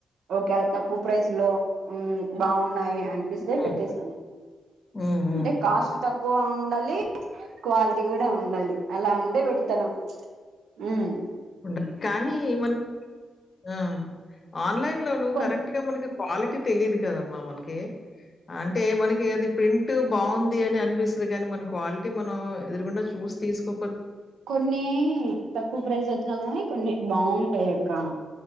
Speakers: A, on the right; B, on the left.
A: ఓకేళ తక్కువ ప్రైజ్ లో ఉమ్ బాగున్నాయి అనిపిస్తే
B: హ్మ్.
A: పెట్టేస్తాను
B: హ్మ్. హ్మ్.
A: అంటే కాస్ట్ తక్ కువ ఉండాలి క్వాలిటీ కూడా ఉండాలి అలా ఉండే వెడుతను ఉమ్
B: మ్మ్ కానీ మన్ ఆ ఆన్లైన్లోను
A: కొ
B: కరెక్ట్ గా మనకి క్వాలిటీ తెలియదు కదమ్మా మనకి, అంటే మనకి అది ప్రింట్ బాగుంది అని అనిపిస్తుంది కాని, మన క్వాలిటీ మనం ఎదురుగుండా చూసి తీసుకో
A: కొన్ని తక్కువ ఫ్ర్ర ప్రై జ్ అయితున్నా గానీ కొన్ని బాగుంటాయి అక్క